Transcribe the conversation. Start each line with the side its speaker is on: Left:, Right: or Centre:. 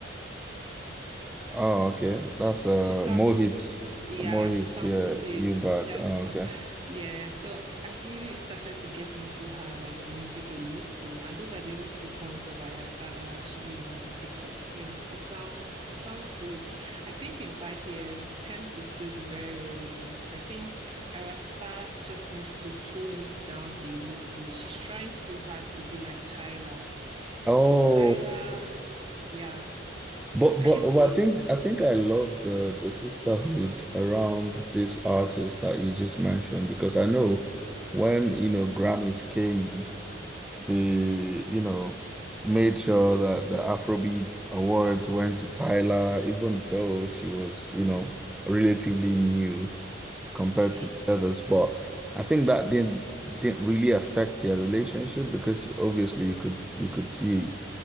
Centre: Oh, okay, that's uh
Right: She sampled,
Centre: Mohit,
Right: yeah,
Centre: Mohit,
Right: she sampled
Centre: yeah,
Right: this
Centre: you bad.
Right: jazzy
Centre: Oh,
Right: song.
Centre: okay.
Right: Yeah, so I really started to get into her like music a little, and those are the only two songs of Ira Star that I actually know because you know it sounds it sounds good. I think in five years, Thames will still be very relevant. I think Ira Star just needs to tone it down a little. She's trying so hard to be like Tyler,
Centre: Oh,
Right: but Tyler, yeah,
Centre: But
Right: can
Centre: but
Right: you see
Centre: well, I think
Right: it?
Centre: I think I love the the sisterhood around this artist that you just mentioned because I know when you know Grammys came in, they you know made sure that the Afrobeat Awards went to Tyla, even though she was you know relatively new compared
Right: hmm
Centre: to the others. But I think that didn't didn't really affect your relationship because obviously you could you could see